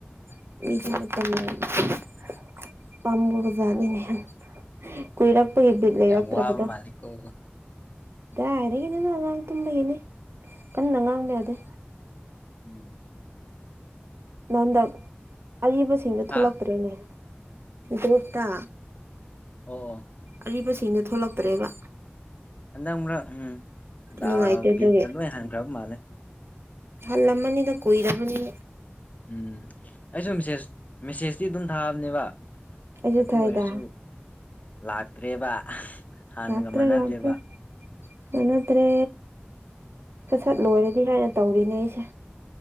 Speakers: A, on the right; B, on the left.
A: <unintelligible> ꯄꯝꯃꯨꯕꯖꯥꯠꯅꯦꯅꯦ ꯍꯥꯏ ꯀꯨꯏꯔꯛ ꯑꯩ ꯕꯤꯠ ꯂꯩꯔꯛꯇ꯭ꯔꯕꯗꯣ
B: ꯌꯥꯝ ꯋꯥꯕ ꯃꯥꯜꯂꯤꯀꯣ
A: ꯗꯥꯏꯗꯒꯤ ꯅꯣꯅ ꯉꯉꯥꯡ ꯇꯨꯝꯕꯒꯤꯅꯤ ꯀꯟꯅ ꯉꯥꯡꯕ ꯌꯥꯗꯦ
B: ꯎꯝ
A: ꯅꯟꯗꯛ ꯑꯔꯤꯕꯁꯤꯡꯗꯣ
B: ꯍꯥ
A: ꯊꯣꯛꯂꯛꯇ꯭ꯔꯦꯅꯦ ꯒ꯭ꯔꯨꯞꯇ
B: ꯑꯣ ꯑꯣ
A: ꯑꯔꯤꯕꯁꯤꯡꯗ ꯊꯣꯛꯂꯛꯇ꯭ꯔꯦꯕ
B: ꯍꯟꯗꯛ ꯑꯃꯔꯛ ꯎꯝ ꯗꯥ
A: ꯅꯨꯡꯉꯥꯏꯇꯦ ꯑꯗꯨꯒꯤ
B: ꯕꯤꯠꯇ ꯂꯣꯏ ꯍꯟꯈ꯭ꯔꯕ ꯃꯥꯜꯂꯦ
A: ꯍꯜꯂꯝꯃꯅꯤꯗ ꯀꯨꯏꯔꯔꯕꯅꯤ
B: ꯎꯝ ꯑꯩꯁꯨ ꯃꯦꯁꯦꯖ ꯃꯦꯁꯦꯖꯇꯤ ꯑꯗꯨꯝ ꯊꯥꯕꯅꯦꯕ
A: ꯑꯩꯁꯨ
B: ꯑꯗꯨ
A: ꯊꯥꯏꯗ
B: ꯑꯣꯏꯔꯁꯨ ꯂꯥꯛꯇ꯭ꯔꯦꯕ ꯍꯥꯟꯅꯒ
A: ꯂꯛꯇꯔ꯭ꯦ
B: ꯃꯥꯟꯅꯗ꯭ꯔꯦꯕ
A: ꯂꯥꯛꯇꯔ꯭ꯦ ꯅꯠꯇ꯭ꯔꯦ ꯁꯠ ꯁꯠ
B: ꯎꯝ
A: ꯂꯣꯏꯔꯗꯤ ꯍꯥꯏꯅ ꯇꯧꯔꯤꯅꯦ ꯑꯩꯁꯦ